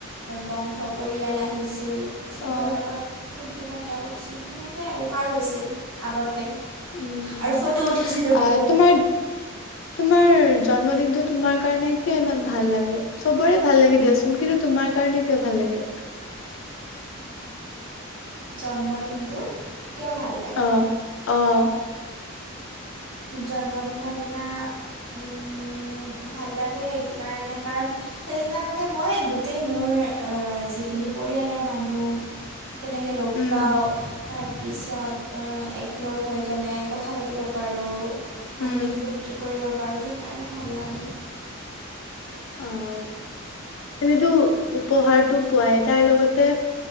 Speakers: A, on the right; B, on the left.
A: বংশ, পৰিয়াল আহিছিল। চবৰে
B: অ
A: লগত ফুট ফূৰ্তি-ফাৰ্তা কৰিছিলোঁ, তেনেকেই আৰু পাৰ হৈছিল আগতে।
B: উম,
A: আৰু ফটো উঠিছিলোঁ
B: আহ
A: বহুত
B: তোমাৰ- তোমাৰ জন্মদিনটো তোমাৰ কাৰণে কিয় ইমান ভাল লাগে? চবৰে ভাল লাগে দিয়াচোন কিন্তু, তোমাৰ কাৰণে কিয় ভাল লাগে?
A: জন্মদিনটো কিয় ভাল লাগে।
B: অ', অ',
A: জন্মদিনৰ দিনা উম ভাল লাগে এইটো কাৰণে কাৰণ সেইদিনা মানে মই গোটেই মোৰ অ', যিখিনি পৰিয়ালৰ মানুহ তেনেকে লগ
B: উম,
A: পাওঁ তাৰ পিছত অ', একলগ হৈ কেনে কথা পাতিব পাৰোঁ। হাঁহি
B: উম,
A: -ফূুৰ্তি কৰিব পাৰো সেইকাৰণে ভাল লাগে।
B: অহ, এনেতো উপহাৰটো পোৱাই তাৰ লগতে